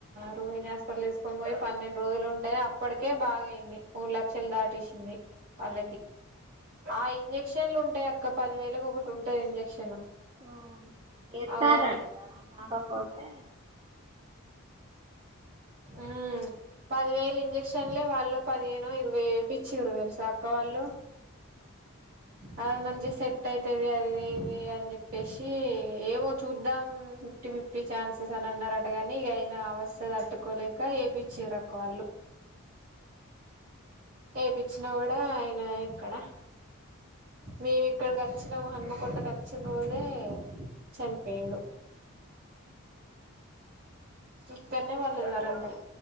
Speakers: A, on the right; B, on the right.
A: రోహిణి హాస్పిటల్ ఏసుకొని పోయి పన్నెండు రోజులు ఉంటేనే అప్పటికే బాగయింది మూడు లక్షలు దాటెసింది వాళ్ళకి ఆ ఇంజెక్షన్లు ఉంటయి అక్క పది వేలకు ఒకటి ఉంటది ఇంజక్షన్
B: ఉమ్ ఎత్తరంట్రా
A: అగో అవి
B: కాకపోతే
A: ఉమ్ పదివేలు ఇంజక్షన్లే వాళ్ళు పదిహేను ఇరవై వేపిచ్చిర్రు తెలుస అక్క వాళ్ళు అమంచిగా సెట్ అయితది అది ఇది అని చెప్పేశి ఏవో చూద్దాం టి ఫీఫ్టీ ఛాన్సెస్ అని అన్నారటగని నీగైన అవస్త తట్టుకోలేక ఏపిచిర్రు అక్క వాళ్ళు ఏపిచ్చినా కూడ ఆయన ఎక్కడ మేమిక్కడికి వచ్చినం హన్మకొండకు అచ్చిన రోజే చనిపేండు ఇక్కన్నే వాళ్ళది వరంగల్